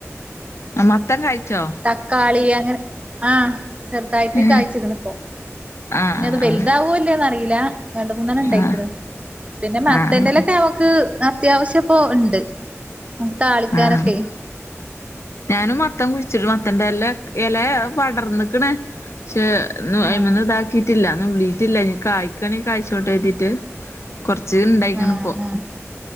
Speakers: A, on the left; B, on the right.
A: ആഹ് മത്തം കാഴിച്ചോ?
B: തക്കാളി അങ്ങനെ ആഹ് ചെറുതായിട്ട്
A: ഏഹ്
B: കായ്ച്ചിക്ക്ണ് ഇപ്പം
A: ആഹ്
B: ഇഞ്ഞത്
A: ആഹ്
B: വലുതാവോ ഇല്ലേന്ന് അറീല്ല രണ്ട് മൂന്നണ്ണം ഇണ്ടായിക്ക്ണ്
A: ആഹ്
B: പിന്നെ മത്തന്റെ
A: ആഹ് ആഹ്
B: എലൊക്കെ നമ്മക്ക് അത്യാവിശ്യപ്പോ ഇണ്ട് നമക്ക് താളിക്കാനൊക്കെ
A: ആഹ് ഞാനും മത്തം കുഴിച്ചിട്ട് മത്തന്റെല്ല എല പടർന്ന്ക്ക്ണ് പക്ഷെ അയിമന്ന്
B: ആഹ്
A: ഇതാക്കിയിട്ടില്ല നുള്ളിയിട്ടില്ല ഇഞ് കായ്ക്കാണെങ്കി കഴ്ച്ചോട്ടെ കര്തിയിട്ട് കൊറച്ച് ഇണ്ടായിക്ക്ണ്പ്പം
B: ആഹ് ആഹ്